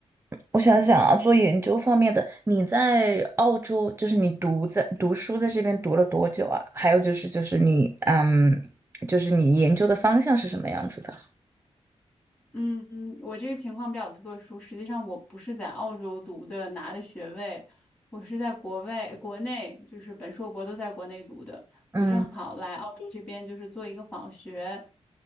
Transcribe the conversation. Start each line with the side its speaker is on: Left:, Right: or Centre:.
Right: 我想想啊，做研究方面的，你在澳洲，就是你读在读书在这边读了多久啊？还有就是，就是你，嗯，就是你研究的方向是什么样子的？
Left: 嗯，我这个情况比较特殊。实际上，我不是在澳洲读的，拿的学位，我是在国外、国内，就是本硕博都在国内读的。
Right: 嗯，
Left: 我正好来澳洲这边，就是做一个访学，